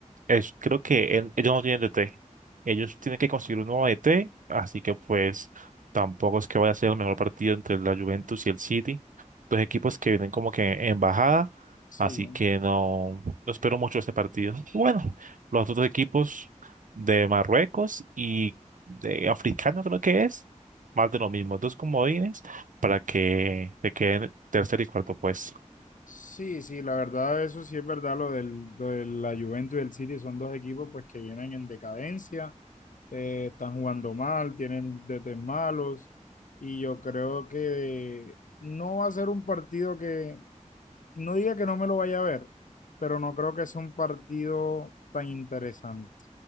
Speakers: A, on the right; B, on the left.
A: es, creo que él- ellos no tienen DT. Ellos tienen que conseguir un nuevo DT, así que pues tampoco es que vaya a ser el mejor partido entre la Juventus y el City. Dos equipos que vienen como que en bajada,
B: Sí.
A: así que no, no espero mucho este partido. Y Bueno, los otros equipos de Marruecos y de africano creo que es, más de lo mismo, dos comodines para que te queden en tercer y cuarto puesto.
B: Sí, sí, la verdad, eso sí es verdad, lo del, lo de la Juventus y el City son dos equipos pues que vienen en decadencia, eh, están jugando mal, tienen DT malos, y yo creo que no va a ser un partido que, no diga que no me lo vaya a ver, pero no creo que sea un partido tan interesante.